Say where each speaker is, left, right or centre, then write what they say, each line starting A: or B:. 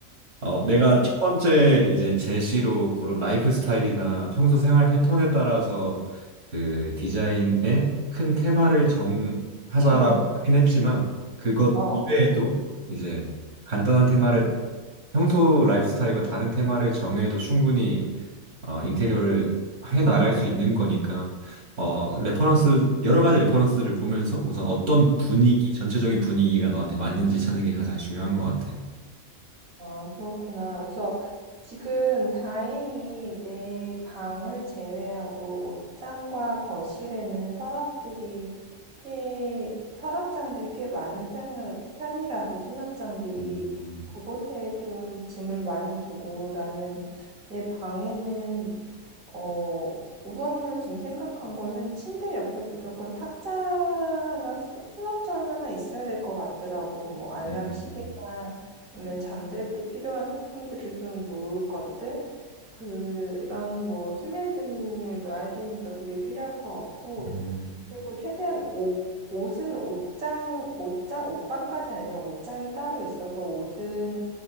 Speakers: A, on the right; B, on the right.
A: 어, 내가
B: 응,
A: 첫 번째 이제 제시로 고른 라이프 스타일이나 평소 생활 패턴에 따라서 그 디자인의 큰 테마를 정하자라고
B: 응,
A: 하긴 했지만 그것
B: 어,
A: 이외에도 이제 간단한 테마를 평소 라이프 스타일과 다른 테마를 정해도 충분히 어, 인테리어를 해 나갈
B: 응.
A: 수 있는 거니까 어, 레퍼런스 여러 가지 레퍼런스를 보면서 우선 어떤 분위기 전체적인 분위기가 너한테 맞는지 찾는 게 가장 중요한 것 같아.
B: 아, 그렇구나. 그래서 지금 다행히 내 방을 제외하고 옷장과 거실에는 서랍들이 꽤, 서랍장들이 꽤 많은 편이라, 편이라서 수납장들이
A: 음, 음,
B: 그곳에 좀 짐을 많이 두고 나는 내 방에는 어, 우선적으로 지금 생각한 거는 침대 옆에 무조건 탁자나 수- 수납장 하나 있어야 될 것 같더라고. 뭐 알람
A: 음.
B: 시계나 아니면 잠잘 때 필요한 소품들을 좀 놓을 것들 그런 뭐 수면 등을 놔야 되니까 그게 필요할 것 같고
A: 음,
B: 그리고 최대한 옷 옷은 옷장 옷장 옷방까지는 아니면 옷장이 따로 있어서 옷은